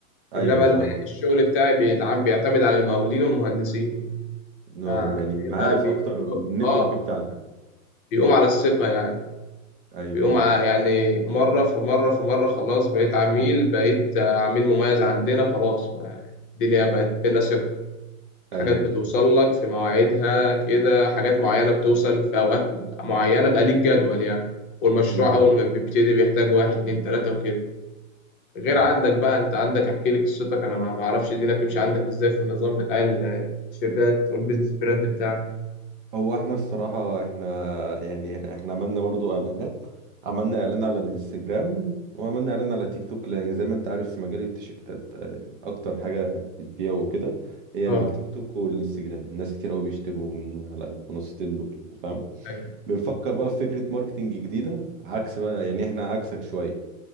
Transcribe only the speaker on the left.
انما
ال- الشغل بتاعي بيتعم بيعتمد على المقاولين والمهندسين
فبيبقى
بي...
اه
بيقوم على الثقه يعني
بيقوم
على يعني مره في مره في مره خلاص بقيت عميل بقيت عميل مميز عندنا خلاص يعني الدنيا بقت بينا ثقه حاجات
بتوصل
لك في مواعيدها كده حاجات معينة بتوصل في أوقات معينة بقى ليك جدول يعني والمشروع
أول ما بيبتدي بيحتاج واحد اتنين تلاتة وكده غير
عندك بقى أنت عندك أحكي لي قصتك أنا ما ما أعرفش الدنيا بتمشي عندك إزاي في النظام بتاع التيشيرتات والبيزنس براند بتاعك
أه
أيوه